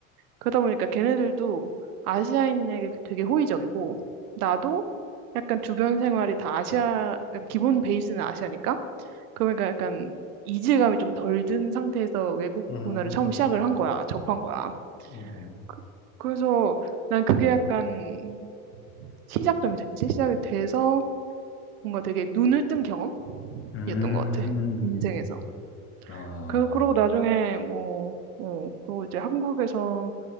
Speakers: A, on the right; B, on the left.
A: 그러다 보니까 걔네들도 아시아인에게 되게 호의적이고 나도 약간 주변 생활이 다 아시아, 그러니까 기본 베이스는 아시아니까 그러니까 약간 이질감이 좀 덜 든 상태에서 외국
B: 음.
A: 문화를 처음 시작을 한 거야, 접한 거야.
B: 음. 음.
A: 그, 그래서 난 그게 약간 시작점이 됐지? 시작이 돼서 뭔가 되게 눈을 뜬 경험이었던
B: 음, 음,
A: 것 같아, 인생에서.
B: 음. 아,
A: 그, 그러고 나중에 뭐, 어, 그러고 이제 한국에서